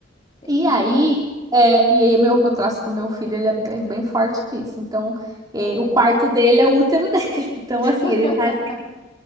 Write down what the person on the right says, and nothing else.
E aí, é, e aí o meu, o traço do meu filho, ele é bem, bem forte nisso. Então, é,
o quarto dele é o útero dele. <laughs> Então,
assim, ele tá